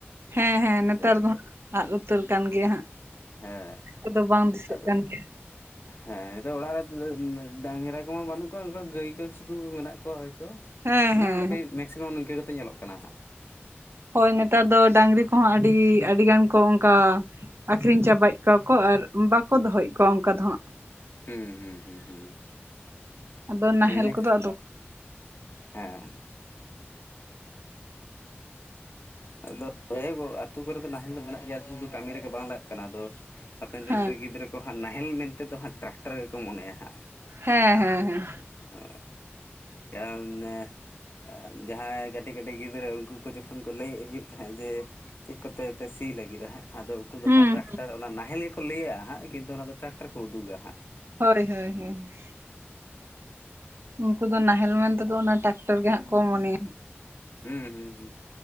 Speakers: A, on the right; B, on the left.
A: ᱦᱮᱸ ᱦᱮᱸ
B: ᱦᱮᱸᱥᱮ
A: ᱱᱮᱛᱟᱨ ᱫᱚ ᱦᱟᱸᱜ ᱟᱫ ᱩᱛᱟᱹᱨ ᱠᱟᱱ ᱜᱮᱭᱟ ᱦᱟᱸᱜ
B: ᱦᱮᱸ
A: ᱟᱫᱚ ᱵᱟᱝ ᱫᱤᱥᱟᱹᱜ
B: ᱟᱫᱚ
A: ᱠᱟᱱ ᱜᱮᱭᱟ
B: ᱦᱮᱸ ᱱᱤᱛᱚᱜ ᱚᱲᱟᱜ ᱨᱮ ᱰᱟᱝᱨᱟ ᱠᱚᱢᱟ ᱵᱟᱹᱱᱩᱜ ᱠᱚᱣᱟ ᱚᱱᱠᱟ ᱜᱟᱹᱭ ᱠᱚ ᱥᱩᱫᱩ ᱢᱮᱱᱟᱜ ᱠᱚᱣᱟ ᱦᱳᱭᱛᱳ᱾
A: ᱦᱮᱸ
B: ᱢᱟᱱᱮ
A: ᱦᱮᱸ
B: ᱱᱚᱸᱰᱮ
A: ᱦᱮᱸ
B: ᱢᱮᱠᱥᱤᱢᱟᱢ ᱱᱤᱝᱠᱟᱹ ᱜᱮᱛᱚ ᱧᱮᱞᱚᱜ ᱠᱟᱱᱟ᱾
A: ᱦᱳᱭ ᱱᱮᱛᱟᱨ ᱫᱚ ᱰᱟᱹᱝᱨᱤ ᱠᱚᱦᱚᱸ ᱟᱹᱰᱤ ᱟᱹᱰᱤ ᱜᱟᱱ ᱠᱚ ᱚᱱᱠᱟ ᱟᱠᱷᱨᱤᱧ ᱪᱟᱵᱟᱭ ᱠᱚᱣᱟ ᱠᱚ ᱟᱨ ᱵᱟᱠᱚ ᱫᱚᱦᱚᱭᱮᱫ ᱠᱚᱣᱟ ᱚᱱᱠᱟ ᱫᱚ ᱦᱟᱸᱜ
B: ᱦᱩᱸ ᱦᱩᱸ ᱦᱩᱸ
A: ᱟᱫᱚ ᱱᱟᱦᱮᱞ
B: ᱤᱱᱟ
A: ᱠᱚᱫᱚ ᱟᱫᱚ
B: ᱦᱮᱸ ᱟᱫᱚ <unintelligible> ᱟᱛᱳ ᱠᱚᱨᱮ ᱫᱚ ᱱᱟᱦᱮᱞ ᱫᱚ ᱢᱮᱱᱟᱜ ᱜᱮᱭᱟ ᱥᱩᱫᱩ ᱠᱟᱹᱢᱤ ᱨᱮᱜᱮ ᱵᱟᱝ ᱞᱟᱜᱟᱜ ᱠᱟᱱᱟ ᱟᱫᱚ ᱦᱟᱯᱮᱱ ᱫᱤᱱ
A: ᱦᱮᱸ
B: ᱨᱮ ᱜᱤᱫᱽᱨᱟᱹ ᱠᱚ ᱦᱟᱸᱜ ᱱᱟᱦᱮᱞ ᱢᱮᱱᱛᱮᱫᱚ ᱦᱟᱸᱜ ᱚᱠᱟ ᱜᱮᱠᱚ ᱢᱚᱱᱮᱭᱟ ᱦᱟᱸᱜ
A: ᱦᱮᱸ ᱦᱮᱸ ᱦᱮᱸ
B: ᱦᱚᱸ <unintelligible> ᱡᱟᱦᱟᱸᱭ ᱠᱟᱹᱴᱤᱡ ᱠᱟᱹᱴᱤᱡ ᱜᱤᱫᱽᱨᱟᱹ ᱩᱱᱠᱩ ᱠᱚ ᱡᱚᱠᱷᱚᱱ ᱠᱚ ᱞᱟᱹᱭᱮᱫ ᱦᱩᱭᱩᱜ ᱛᱟᱦᱮᱸᱫ ᱡᱮ ᱪᱮᱫ ᱠᱚᱛᱮ ᱯᱮ ᱥᱤ ᱞᱟᱹᱜᱤᱫᱼᱟ ᱦᱟᱸᱜ ᱟᱫᱚ ᱩᱱᱠᱩ ᱫᱚ
A: ᱦᱩᱸ
B: ᱦᱟᱸᱜ ᱴᱨᱟᱠᱴᱟᱨ ᱚᱱᱟ ᱱᱟᱦᱮᱞ ᱜᱮᱠᱚ ᱞᱟᱹᱭᱟᱼᱟ ᱦᱟᱸᱜ ᱠᱤᱱᱛᱩ ᱴᱨᱟᱠᱴᱟᱨ ᱠᱚ ᱩᱫᱩᱜᱟ ᱦᱟᱸᱜ
A: ᱦᱳᱭ ᱦᱳᱭ ᱦᱳᱭ ᱩᱱᱠᱩ ᱫᱚ ᱱᱟᱦᱮᱞ ᱢᱮᱱᱛᱮᱫᱚ ᱚᱱᱟ ᱴᱨᱟᱠᱴᱚᱨ ᱜᱮ ᱦᱟᱸᱜ ᱠᱚ ᱢᱚᱱᱮᱭᱟ᱾
B: ᱦᱩᱸ ᱦᱩᱸ ᱦᱩᱸ